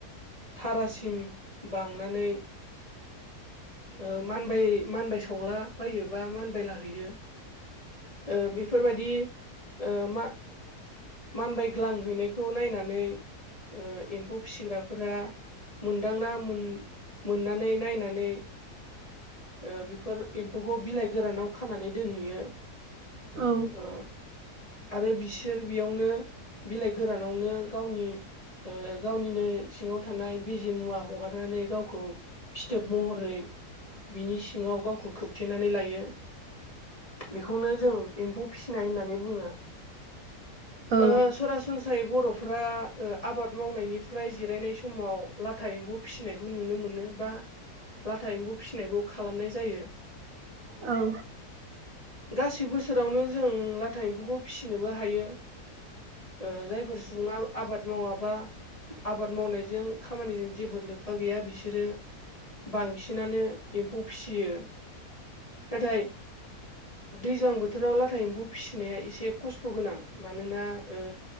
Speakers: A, on the left; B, on the right.
A: थारासिम बांनानै ओ मानबाय मानबाय सावला बायो बा मानबायलाहैयो ओ बेफोरबायदि ओ मा-मानबायग्लांहैनायखौ नायनानै ओ एम्फौ फिसिग्राफोरा मोनदांना मोन-मोननानै नायनानै ओ बेफोर एम्फौखौ बिलाइ गोरानाव खानानै दोनहैयो।
B: औ।
A: ओ। आरो बिसोर बियावनो बिलाइ गोरानावनो गावनि ओ गावनिनो सिङाव थानाय बिजे मुवा हगारनानै गावखौ फिथोब महरै बिनि सिङाव गावखौ खोबथेनानै लायो। बेखौनो जों एम्फौ फिसिनाय होननानै बुङो।
B: औ।
A: ओ सरासनस्रायै बर'फ्रा आबाद मावनायनिफ्राय जिरायनाय समाव लाथा एम्फौ फिसिनायखौ नुनो मोनो बा लाथा एम्फौ फिसिनायखौ खालामनाय जायो।
B: औ
A: गासै बोसोरावनो जों लाथा एम्फौखौ फिसिनोबो हायो। ओ जायफोर सुबुङा आबाद मावाबा आबाद मावनायजों खामानिजों जेबो लोब्बा गैया बिसोरो बांसिनानो एम्फौ फिसियो नाथाय दैज्लां बोथोराव लाथा एम्फौ फिसिनाया एसे खस्थ' गोनां। मानोना ओ